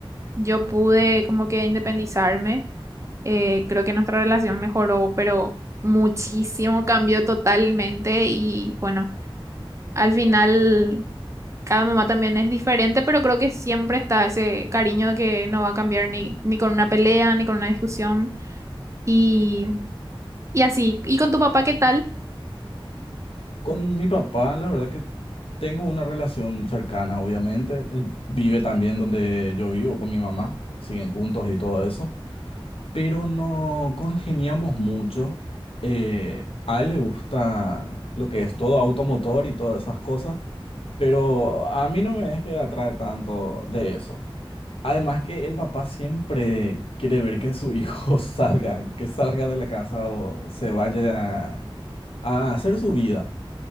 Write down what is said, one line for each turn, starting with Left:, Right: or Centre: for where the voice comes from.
Right: yo pude como que independizarme, eh, creo que nuestra relación mejoró, pero muchísimo, cambió totalmente y bueno. Al final cada mamá también es diferente, pero creo que siempre está ese cariño que no va a cambiar ni, ni con una pelea, ni con una discusión. Y, y así. ¿Y con tu papá qué tal?
Left: Con mi papá, la verdad que tengo una relación cercana, obviamente. Él Vive también donde yo vivo con mi mamá, siguen juntos y todo eso, pero no congeniamos mucho. Eh, a él le gusta lo que es todo automotor y todas esas cosas, pero a mí no me es que atrae tanto de eso. Además que el papá siempre quiere ver que su hijo <laughs> salga, que salga de la casa o se vaya a, a hacer su vida.